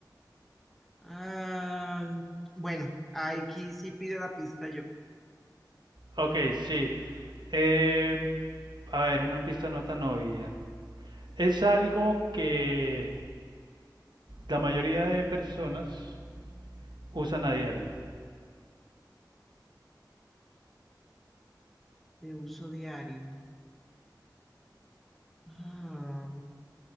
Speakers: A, in the centre; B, on the right (about 80°).
A: Ah, bueno, aquí sí pido la pista yo.
B: Ok, sí. Eh, a ver, una pista no tan obvia. Es algo que la mayoría de personas usan a diario.
A: De uso diario. Ah,